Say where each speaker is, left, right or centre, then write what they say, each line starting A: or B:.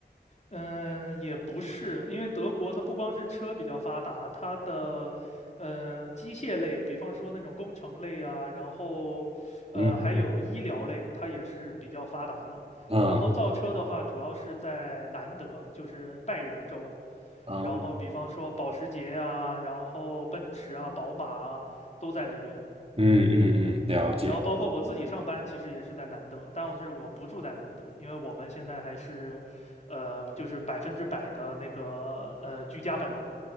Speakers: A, on the left (about 40°); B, on the right (about 35°).
A: 嗯，也不是，因为德国它不光是车比较发达，它的呃机械类，比方说那种工程类啊，然后呃还有医疗类，
B: 嗯
A: 它也是比较发达的。
B: 嗯
A: 然后造车的话，主要是在南德，就是拜仁州。
B: 嗯
A: 然后比方说保时捷呀，然后奔驰啊、宝马啊，都在那边。
B: 嗯嗯嗯，了解。
A: 然后包括我自己上班，其实也是在南德，但是我不住在南德，因为我们现在还是，呃，就是百分之百的那个呃居家办公。